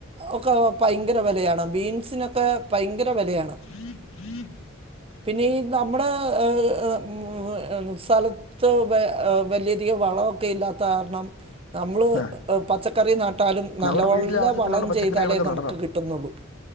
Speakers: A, on the right; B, on the left.
A: ഒക്കെ പയെങ്കര വെലയാണ് ബീൻസിനൊക്കെ പയെങ്കര വെലയാണ്
B: <unintelligible>
A: പിന്നെ ഈ നമ്മുടെ ഏഹ് എ ഹ് സ്ഥല ത്ത്‌ വലിയധികം വളവൊക്കെ ഇല്ലാത്ത കാരണം നമ്മള്
B: ആ
A: പച്ചക്കറി നാട്ട് ട്ടാലും നല്ലെവല്ല
B: നമ്മുടെ വീട്ടിലെ ആവശ്യത്തിനുള്ള
A: വളം
B: പച്ചക്കറികളൊക്കെ
A: ചെയ്താലേ നമുക്ക്
B: നടണം
A: കിട്ടുന്നുള്ളൂ